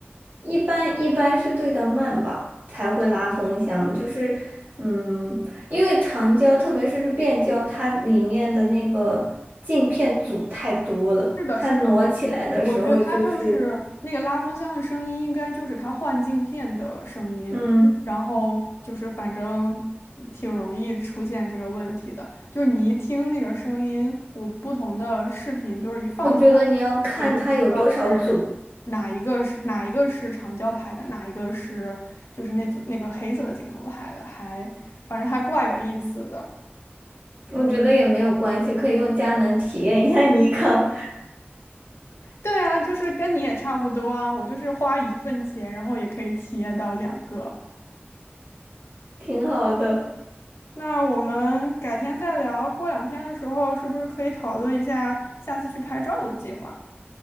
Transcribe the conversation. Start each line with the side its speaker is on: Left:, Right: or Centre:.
Right: 一般一般是对的慢吧，才会拉风箱。就是嗯，因为长焦特别是变焦，它里面的那个镜片组太多了，
Left: 是的，
Right: 它挪起来的时候就是
Left: 是的。我觉得它就是那个拉风箱的声音，应该就是它换镜片的声音，
Right: 嗯。
Left: 然后就是反正挺容易出现这个问题的。就是你一听那个声音，我不同的视频就是一放出来，
Right: 我觉得你要看它有多少组，
Left: 我就知道是哪一个是哪一个是长焦拍的，哪一个是就是那组那个黑色的镜头拍的，还反正还怪有意思的。
Right: 我觉得也没有关系，可以用佳能体验一下尼康，
Left: 对啊，就是跟你也差不多啊，我就是花一份钱，然后也可以体验到两个。
Right: 挺好的，
Left: 那我们改天再聊，过两天的时候是不是可以讨论一下下次去拍照的计划？